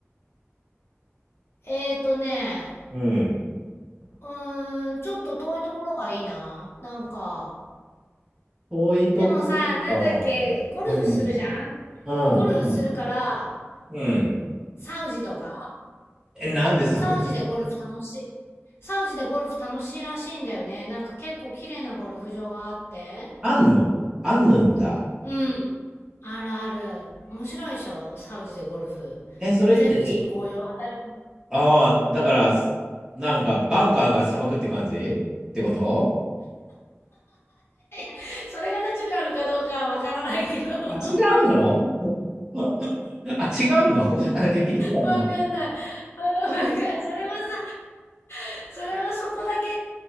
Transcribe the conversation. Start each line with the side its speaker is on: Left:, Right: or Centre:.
Left: えーとね、
Right: うん。
Left: うーん、ちょっと遠いところがいいな。なんか。
Right: 遠いとこか。
Left: でもさ、なんだっけ、ゴルフするじゃん
Right: うん。うん、
Left: ゴルフするから、
Right: うん。うん。
Left: サウジとか
Right: え、なんでさ、
Left: サウジでゴルフ楽しい。
Right: <laughs>
Left: サウジでゴルフ楽しいらしいんだよね。なんか結構綺麗なゴルフ場があって。
Right: あんのあんぬんだ。
Left: うん。あるある。面白いでしょサウジでゴルフ。
Right: え、それって、
Left: 全部人工用。当たり前。
Right: ああ、だから、なんか、バンカーが砂漠って感じってこと
Left: <laughs> それがナチュラルかどうかはわからないけど。<laughs>
Right: あ違うの <laughs> <laughs> あ、違うの <laughs> なんかてっきりそうだと思っ
Left: わかんない。うんわかんそれはさ、それはそこだけ、